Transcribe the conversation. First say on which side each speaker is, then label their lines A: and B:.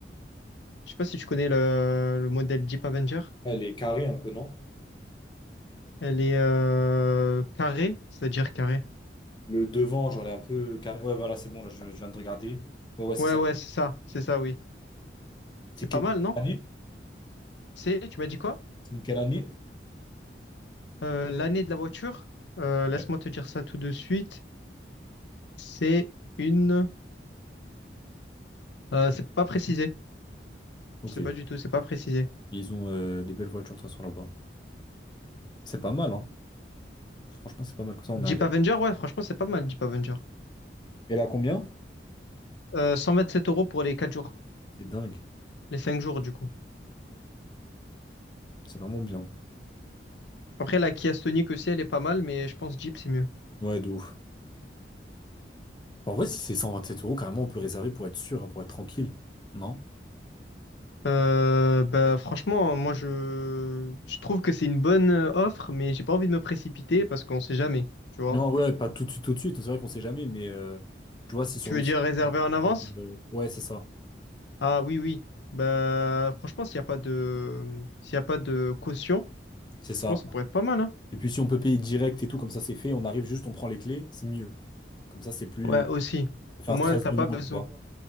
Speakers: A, on the left (about 80°); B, on the left (about 25°).
A: Je sais pas si tu connais le, le modèle Jeep Avenger.
B: Elle est carrée un peu, non?
A: Elle est euh, carrée, c'est-à-dire carrée.
B: Le devant, genre, elle est un peu carré. Ouais, voilà, c'est bon, là, je, je viens de regarder. Ouais, ouais, c'est
A: Ouais,
B: ça.
A: ouais, c'est ça, c'est ça, oui.
B: C'est
A: C'est
B: quelle
A: pas mal, non?
B: année?
A: C'est, tu m'as dit quoi?
B: C'est quelle année?
A: Euh, l'année de la voiture, euh, laisse-moi
B: Ouais.
A: te dire ça tout de suite. C'est une. Euh, c'est pas précisé.
B: Ok.
A: Je sais pas du tout, c'est pas précisé.
B: Ils ont euh, des belles voitures, de toute façon, là-bas. C'est pas mal, hein. Franchement, c'est pas mal. Comme ça, on
A: Jeep
B: est à l'aise.
A: Avenger, ouais, franchement, c'est pas mal, Jeep Avenger.
B: Elle a combien?
A: Euh, 127 euros pour les 4 jours,
B: C'est dingue.
A: les 5 jours du coup.
B: C'est vraiment bien.
A: Après, la Kia Stonic aussi, elle est pas mal, mais je pense Jeep, c'est mieux.
B: Ouais, de ouf. Enfin, En vrai, si c'est 127 euros, carrément, on peut réserver pour être sûr, hein, pour être tranquille. Non?
A: Euh, bah, franchement, moi, je, je trouve que c'est une bonne euh, offre, mais j'ai pas envie de me précipiter parce qu'on sait jamais, tu vois.
B: Non, ouais, pas tout de suite, tout de suite. C'est vrai qu'on sait jamais, mais euh, tu vois, c'est sur
A: Tu veux
B: le site.
A: dire réserver en avance?
B: Euh, ouais, c'est ça.
A: Ah oui, oui. Bah, franchement, s'il n'y a pas de, s'il y a pas de caution,
B: C'est ça.
A: je pense que ça pourrait être pas mal, hein.
B: Et puis, si on peut payer direct et tout, comme ça, c'est fait. On arrive juste, on prend les clés, c'est mieux. Comme ça, c'est plus.
A: Ouais, aussi.
B: Ça fait
A: Au
B: un
A: moins,
B: stress
A: t'as
B: de
A: pas
B: moins,
A: besoin.
B: tu vois.